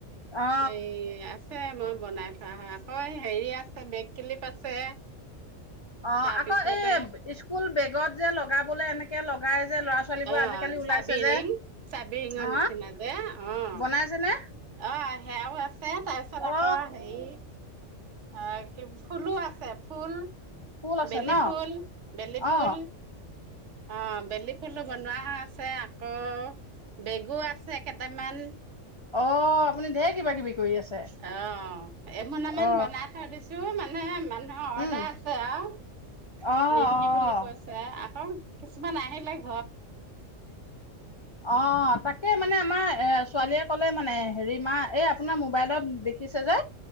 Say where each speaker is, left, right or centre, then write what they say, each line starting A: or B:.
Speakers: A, on the left; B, on the right.
A: অ
B: এই আ আছে মই বনাই থোৱা হয় আকৌ হেৰি আছে বেক ক্লিপ আছে।
A: অ'
B: তাৰপিছতে
A: আকৌ এই স্কুল বেগত যে লগাবলে এনেকে লগাই যে ল'ৰা ছোৱালীবোৰ
B: অ'
A: আজিকালি ওলাইছে
B: চাবিৰিং,
A: যে
B: চাবিৰিঙৰ
A: অ
B: নিচিনা যে অ'
A: বনাইছে নে
B: অ' সেয়াও আছে তাৰপিছত আকৌ
A: অ
B: হেৰি অ' কি ফুলু আ ফুল,
A: ফুল আছে
B: বেলি
A: ন
B: ফুল, বেলি ফুল
A: অ
B: অ' বেলি ফুলো বনোৱা হয় আছে আকৌ বেগো আছে কেইটামান।
A: অ' আপুনি ধেৰ কিবা কিবি কৰি আছে
B: অ' এমোনামান
A: অ
B: বনাই থৈ দিছো মানে মানুহৰ অৰ্ডাৰ
A: উম
B: আছে আৰু
A: অ
B: নিমহি বুলি
A: অ
B: কৈছে আকৌ। কিছুমান আহিল লাগে
A: অ' তাকে মানে আমাৰ এ ছোৱালীয়ে ক'লে মানে, হেৰি মা এই আপোনাৰ মোবাইলত দেখিছে যে।